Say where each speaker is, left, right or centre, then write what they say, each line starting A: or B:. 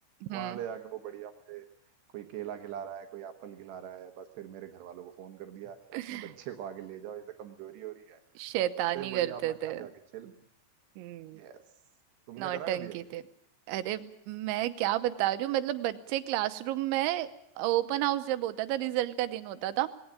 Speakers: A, on the right; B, on the right.
A: हम्म
B: वहां ले जाके वो बढ़िया मुझे कोई केला खिला रहा है कोई एप्पल खिला रहा है बस फिर मेरे घर वालों को फोन कर दिया कि
A: <laughs>
B: अपने बच्चे को आगे ले जाओ इसे कमजोरी हो रही है
A: शैतानी
B: फिर बढ़िया
A: करते
B: अपना
A: थे
B: घर जाके चिल
A: हम्म
B: यस तुमने
A: नौटंकी
B: करा कभी ऐसे
A: थे अरे मैं क्या बता रही हूँ मतलब बच्चे क्लासरूम में ओपन हाउस जब होता था रिजल्ट का दिन होता था